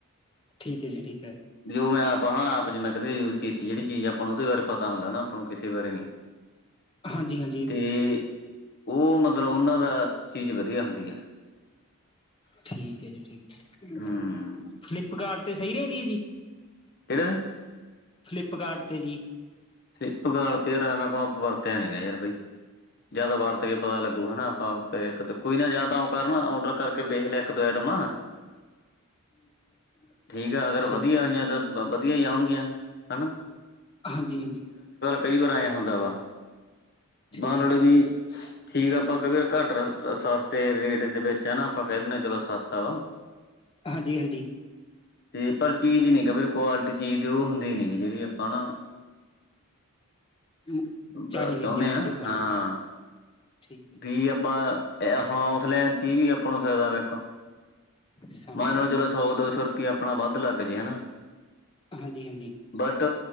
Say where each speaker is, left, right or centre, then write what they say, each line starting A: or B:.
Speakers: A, on the left; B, on the left.
A: ਠੀਕ ਏ ਜੀ, ਠੀਕ ਏ।
B: ਜੋ ਮੈਂ ਆਪਾਂ ਹਾਂ, ਆਪ ਚ ਮੈਂ ਕਦੇ ਯੂਜ ਕੀਤੀ ਜੇੜੀ ਚੀਜ਼ ਆਪਾਂ ਨੂੰ ਓਦੇ ਬਾਰੇ ਪਤਾ ਹੁੰਦਾ ਨਾਂ ਆਪਾਂ ਨੂੰ ਕਿਸੇ ਬਾਰੇ ਨੀਂ।
A: ਹਾਂਜੀ ਹਾਂਜੀ।
B: ਤੇ ਓ ਮਤਲਬ ਓਨਾਂ ਦਾ ਚੀਜ਼ ਵਧੀਆ ਹੁੰਦੀ ਆ।
A: ਠੀਕ ਏ ਜੀ ਠੀਕ ਏ,
B: ਹਮ
A: ਫਲਿੱਪਕਾਰਟ ਤੇ ਸਈ ਰੇਂਦੀ ਐ ਜੀ।
B: ਕੇੜਾ ਏ?
A: ਫਲਿੱਪਕਾਰਟ ਤੇ ਜੀ।
B: ਫਿਲਪਕਾਰਟ ਤੇ ਯਾਰ ਆਪਾਂ ਵਰਤਿਆ ਨੀਂ ਗਾ ਯਾਰ ਬਈ ਜਾਂ ਤਾਂ ਵਰਤ ਕੇ ਪਤਾ ਲੱਗੂ ਹਨਾਂ। ਆਪਾਂ ਇੱਕ ਦ ਕੋਈ ਨਾ ਜਾਂ ਤਾਂ ਅਂਓ ਕਰ ਨਾਂ ਓਡਰ ਕਰਕੇ ਵੇਖ ਲੇ ਇੱਕ-ਦੋ ਐਟਮਾਂ
A: <inaudible>
B: ਠੀਕ ਆ
A: ਠੀਕ-ਠੀਕ।
B: ਅਗਰ ਵਧੀਆ ਆਈਆਂ ਤਾਂ ਵਧੀਆ ਈ ਆਉਣਗੀਆਂ। ਹਨਾਂ?
A: ਹਾਂਜੀ ਹਾਂਜੀ।
B: ਕਈ ਵਾਰ ਐਂ ਹੁੰਦਾ ਵਾ,
A: ਠੀਕ
B: ਮੰਨ ਲੇ
A: ਹੈ
B: ਵੀ
A: ਜੀ, ਠੀਕ।
B: ਠੀਕ ਆ, ਆਪਾਂ ਕ ਘੱਟ ਸਸਤੇ ਰੇਟ ਦੇ ਵਿੱਚ ਹੈ ਨਾਂ ਆਪਾਂ ਕਹਿ ਦਿੰਣੇ ਚਲੋ ਸਸਤਾ ਵਾ।
A: ਹਾਂਜੀ ਹਾਂਜੀ।
B: ਤੇ ਪਰ ਚੀਜ਼ ਨੀਂ ਕਿਉਂਕਿ ਕੁਆਲਿਟੀ ਚੀਜ਼ ਦੇ ਓ ਹੁੰਦੀ ਨੀਂ ਜੇੜੀ ਆਪਾਂ ਨਾ
A: <inaudible>
B: ਅਬਾ
A: ਚਾਹੀਦੀ
B: ਚਾਉਨੇਂ
A: ਹੁੰਦੀ ਹੈ ਜਿਹੜੀ
B: ਆ,
A: ਆਪਾਂ
B: ਹਾਂ।
A: ਨੂੰ ਜੀ, ਠੀਕ ਹੈ ਜੀ,
B: ਪੀ
A: ਠੀਕ
B: ਆਪਾਂ
A: ਹੈ,
B: ਤੇ ਏ ਹੁਣ ਔਫਲੇਨ ਚ ਈ ਵੀ ਆਪਾਂ ਨੂੰ ਫਾਇਦਾ ਵੇਖੋ।
A: ਸਮਝ
B: ਮੰਨ
A: ਗਿਆ
B: ਲੋ ਚਲੋ
A: ਜੀ,
B: ਸੌ ਸੋ ਰੁਪਆ ਆਪਣਾ ਵੱਧ ਲੱਗ ਜੇ ਹਨਾਂ।
A: ਹਾਂਜੀ ਹਾਂਜੀ।
B: ਬਟ